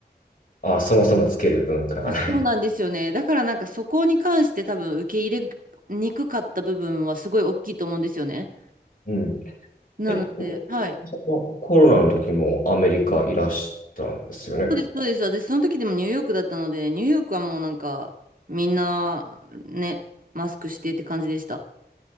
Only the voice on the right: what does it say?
そうなんですよね。だからなんかそこに関して多分受け入れにくかった部分はすごい大きいと思うんですよね。
なので、
はい。
そうです、そうです。私その時でもニューヨークだったので、ニューヨークはもうなんかみんなね、マスクしてって感じでした。